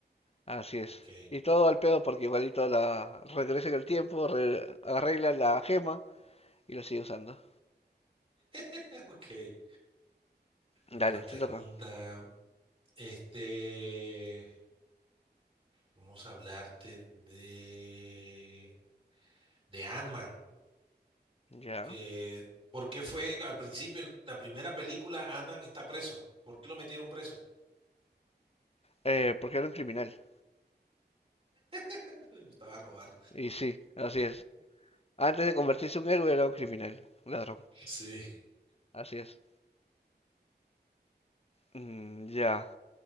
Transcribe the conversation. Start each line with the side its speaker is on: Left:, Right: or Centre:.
Left: Así es.
Right: Ok,
Left: Y todo al pedo porque igualito la regresa en el tiempo, re- arreglan la gema y la sigue usando.
Right: <laughs> ok.
Left: Dale,
Right: Otra pregunta.
Left: te toca.
Right: Este, vamos a hablarte de, de Ant-Man.
Left: Ya.
Right: Eh, ¿por qué fue al principio, en la primera película, Ant-Man está preso? ¿Por qué lo metieron preso?
Left: Eh, porque era un criminal.
Right: <laughs> Le gustaba robar.
Left: Y sí, así es. Antes de convertirse en un héroe era un criminal, un ladrón.
Right: Sí.
Left: Así es. Mm, ya.